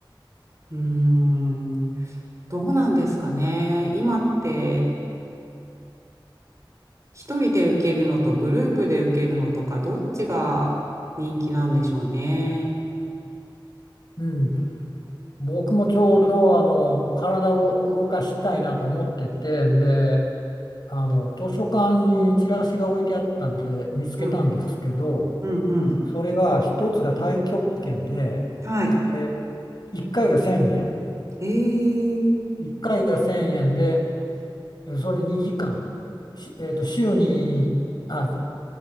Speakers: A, on the right; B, on the left.
A: うーん、どうなんですかね。今って一人で受けるのとグループで受けるのとかどっちが人気なんでしょうね。
B: うん。僕もちょうど、あの、体を動かしたいなと思ってて、で、あの、図書館にチラシが置いてあったんで、見つけたんですけど、
A: うん、うん、うん。
B: それが一つが太極拳で、
A: はい。
B: え、1回が1000円。
A: えー。
B: 1回が1000円で、えそれ2時間、しえっと、週に、あ、